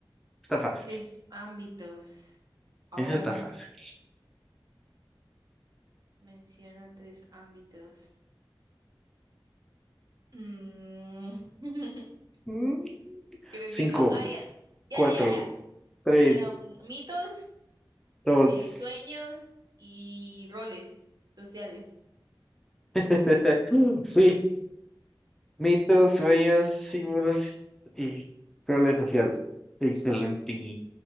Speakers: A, in the centre; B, on the right.
A: está fácil.
B: Tres ámbitos. Oh,
A: Ese está fácil.
B: menciona tres ámbitos. Mm, <laughs>
A: Mm,
B: creo
A: Cinco,
B: que no. Ah, ya. Ya,
A: cuatro,
B: ya, ya.
A: tres,
B: Eh, um, mitos,
A: dos.
B: eh, sueños y roles sociales.
A: <laughs> Sí, mitos, sueños, símbolos y roles sociales. Excelente.